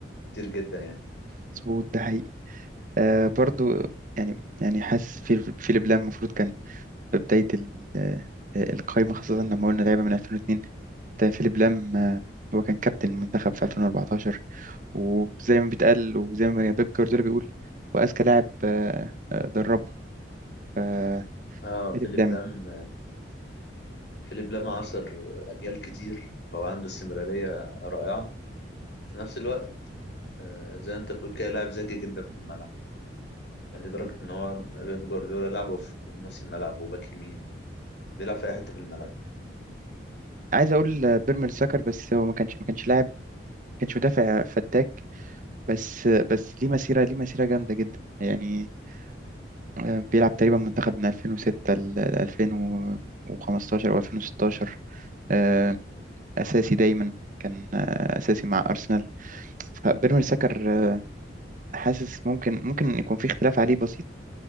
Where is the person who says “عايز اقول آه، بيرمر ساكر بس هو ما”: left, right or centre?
Right